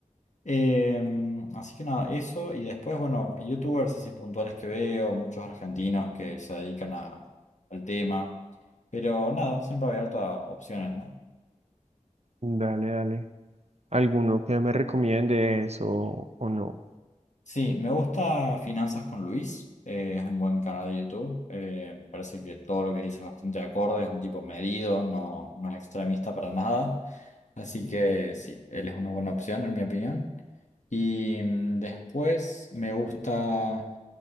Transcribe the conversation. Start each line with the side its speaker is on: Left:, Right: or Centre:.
Left: Em, así que nada, eso. Y después, bueno, youtubers así puntuales que veo, muchos argentinos que se dedican a- al tema. Pero nada, siempre abierto a opciones, ¿no?
Right: Dale, dale. ¿Alguno que me recomiendes o, o no?
Left: Sí, me gusta Finanzas con Luis. eh, es un buen canal de YouTube. eh, me parece que todo lo que dice es bastante acorde, es un tipo medido, no, no es extremista para nada. Así que sí, él es una buena opción, en mi opinión. Y mm, después me gusta.